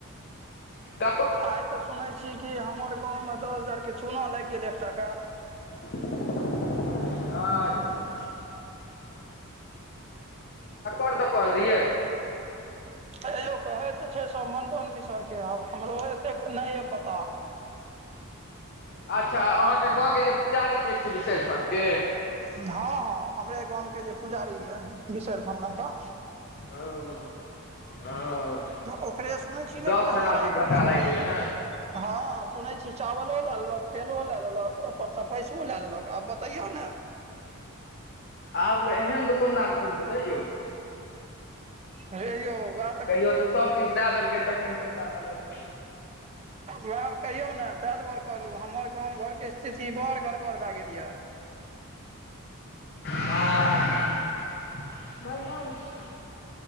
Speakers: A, on the left; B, on the right.
A: ककर
B: आइ त सुनै छी कि हमर गाममे दस हजारके चूना लागि गेल एकटाके।
A: ह <unintelligible> छा कोन दोकान लिअइ <unintelligible>
B: एं ओ कहै त छै सब मंडन मिसर के आब हमरो एतेक नै ऐ पता
A: अच्छा अहाँके गाँवके जे पुजारी जे छै बिसहरि थानके
B: हाँ हाँ हमरे गाम के जे पुजारी ये विसहर थानमे का।
A: ओ। ओ
B: ओकरे सुनै छी
A: दस
B: लेकिन
A: हजारके
B: हमरा
A: घाटा
B: तऽ विश्वास,
A: लागि गेलै ने
B: हाँ। सुनै छी चावलो लए लेलक, तेलो लए लेलक, ओहिपरसँ पैसो लए लेलक, आब बतैयौ नै
A: आब ले एहन दुकानदार कोन भेलै यौ।
B: हे यौ वै
A: कहियो तऽ सभ किछु दए देलकै तखन पैसा लऽ लेलकै।
B: वैह कहियौ नै तें दुआरे कहलहुँ हमर गाम घरके स्थिति बड़ गड़बड़ भए गेल ये।
A: <unintelligible> मेडम छै।